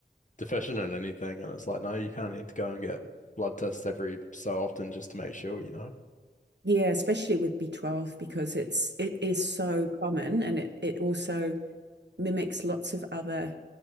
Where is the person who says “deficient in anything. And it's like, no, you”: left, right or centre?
Left